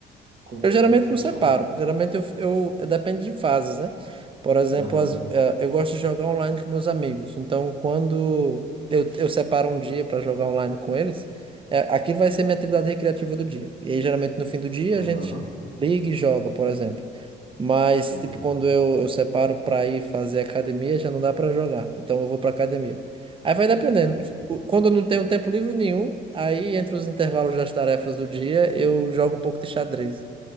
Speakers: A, on the right; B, on the right.
A: Como,
B: Eu geralmente
A: como funciona?
B: não separo. Geralmente eu, eu- depende de fases, né? Por exemplo,
A: Aham,
B: as- eh, eu gosto de jogar online com meus amigos. Então, quando eu, eu separo um dia para jogar online com eles, eh, aquilo vai ser minha atividade recreativa do dia. E aí, geralmente, no fim do dia,
A: aham,
B: a gente liga e joga, por exemplo. Mas,
A: uhum,
B: tipo, quando eu, eu separo para ir fazer academia, já não dá para jogar. Então, eu vou para academia. Aí vai dependendo.
A: entendi.
B: O- Quando eu não tenho tempo livre nenhum, aí entre os intervalos das tarefas do dia, eu jogo um pouco de xadrez.